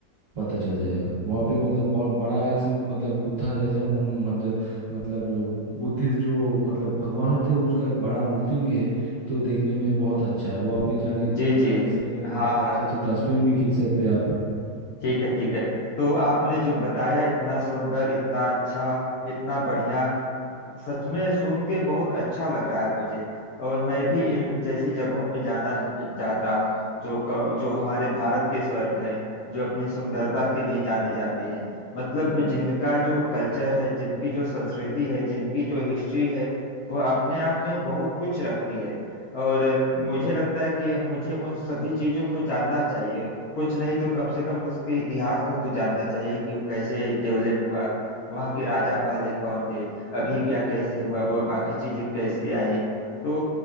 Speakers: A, on the right; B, on the left.
A: पता चल जाएगा वहाँ पे मतलब बहुत बड़ा एक से- मतलब बुद्धा जैसा मुन- मतलब मतलब जो बुद्धिस्ट जो मतलब भगवान होते हैं उसका एक बड़ा मूर्ति भी है तो देखने में बहुत अच्छा है वहाँ पे जाने
B: जी जी
A: जाने से मतलब
B: हाँ
A: बहुत
B: हाँ
A: अच्छे अच्छे तस्वीर भी खींच सकते हैं आप
B: ठीक है ठीक है तो आपने जो बताया इतना सुंदर इतना अच्छा इतना बढ़िया सच में सुन के बहुत अच्छा लग रहा है मुझे और मैं भी इन जैसी जगहों पे जाना चाहता हूँ जो क- जो हमारे भारत के स्वर्ग है जो अपनी सुंदरता के लिए जाने जाते हैं मतलब जिनका जो कल्चर है जिनकी जो संस्कृति है जिनकी जो हिस्ट्री है वह अपने आप में बहुत कुछ रखती है और मुझे लगता है कि मुझे उन सभी चीजों को जानना चाहिए कुछ नहीं तो कम से कम उसके इतिहास को तो जानना चाहिए कि वो कैसे डेवलप हुआ वहाँ के राजा पहले कौन थे अभी क्या कैसे हुआ वह बाकी चीजें कैसे आई तो